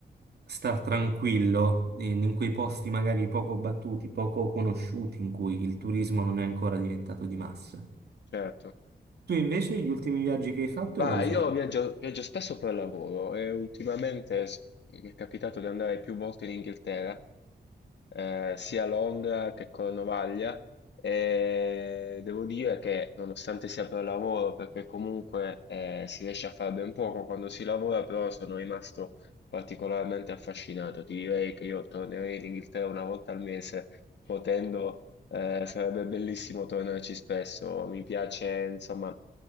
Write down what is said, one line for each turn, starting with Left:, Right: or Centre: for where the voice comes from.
Right: star tranquillo in, in quei posti magari poco battuti, poco conosciuti, in cui il turismo non è ancora diventato di massa.
Left: certo.
Right: Tu invece gli ultimi viaggi che hai fatto
Left: Ma
Right: quali
Left: io
Right: sono?
Left: viaggio, viaggio spesso per lavoro e ultimamente s- mi è capitato di andare più volte in Inghilterra, eh, sia a Londra che Cornovaglia, e devo dire che nonostante sia per lavoro, perché comunque eh, si riesce a fare ben poco quando si lavora, però sono rimasto particolarmente affascinato. Ti direi che io tornerei in Inghilterra una volta al mese, potendo, eh, sarebbe bellissimo tornarci spesso. Mi piace, insomma,